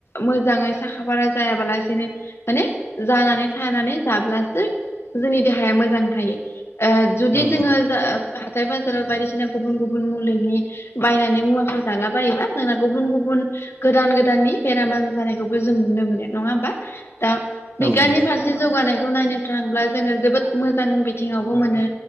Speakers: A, on the left; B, on the right.
A: मोजाङै साखा फारा जायाबालासिनो माने जानानै थानानै जाब्लासो जोंनि देहाया मोजां थायो। ओ जुदि
B: औ
A: जोङो
B: नंगौ
A: जा हाथाय बाजाराव बायदिसिना गुबुन गुबुन मुलिनि बायनानै मुवाखौ जाला बायोबा जोंना गुबुन गुबुन गोदान गोदाननि बेराम आजार जानायखौबो जों नुनो मोनो नङा होमबा दा बिगानि
B: औ नंगौ
A: फारस थि जौगानायखौ नायनो थाङोब्ला जोङो जोबोद मोजां बिथिङावबो मोनो